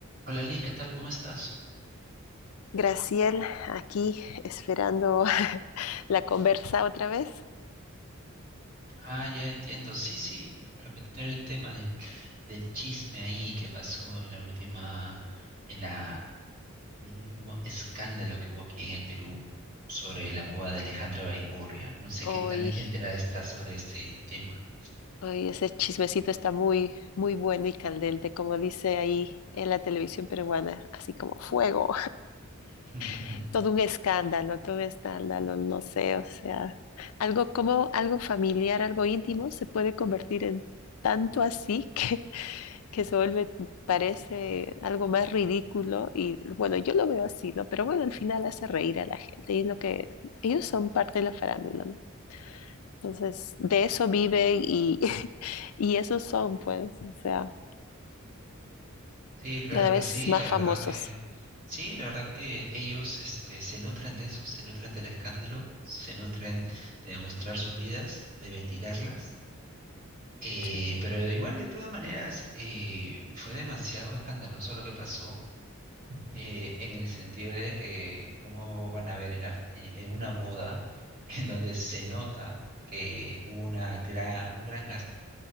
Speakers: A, on the right; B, on the left.
A: Hola Liz, ¿qué tal? ¿Cómo estás?
B: Graciel, aquí esperando <laughs> la conversa otra vez.
A: Ah, ya entiendo. Sí, sí, para continuar el tema del, del chisme ahí que pasó en la última, en la, en el último escándalo que hubo aquí en el Perú sobre la boda de Alejandra Baigurria. No sé
B: Hoy,
A: qué tan enterada estás sobre este tema.
B: hoy ese chismecito está muy, muy bueno y candente, como dice ahí en la televisión peruana, así como fuego.
A: <laughs>
B: <laughs> Todo un escándalo, todo un escándalo, no sé, o sea, algo como algo familiar, algo íntimo se puede convertir en tanto así <laughs> que que se vuelve, parece algo más ridículo y bueno, yo lo veo así, ¿no? Pero bueno, al final hace reír a la gente y es lo que ellos son parte de la farándula, ¿no? Entonces, de eso viven y, <laughs> y esos son, pues, o sea,
A: Sí, claro
B: cada
A: que
B: vez
A: sí,
B: más
A: la verdad
B: famosos.
A: que sí, la verdad que ellos este, se nutren de eso, se nutren del escándalo, se nutren de mostrar sus vidas, de ventilarlas Eh,
B: Sí.
A: pero igual, de todas maneras, eh, fue demasiado escandaloso lo que pasó, eh, en el sentido de que cómo van a ver en, la- en- en una boda <laughs> en donde se nota que hubo una gran, un gran gasto